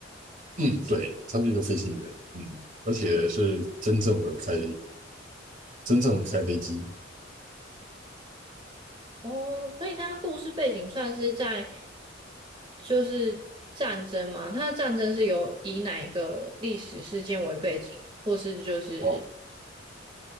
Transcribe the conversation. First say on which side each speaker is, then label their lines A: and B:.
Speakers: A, on the right (about 45°); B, on the right (about 30°).
A: 嗯，对，他是一个飞行员，嗯，而且是真正的开真正的开飞机。
B: 哦，所以它故事背景算是在就是战争嘛？它的战争是有以哪一个历史事件为背景吗？或是就是
A: 哦。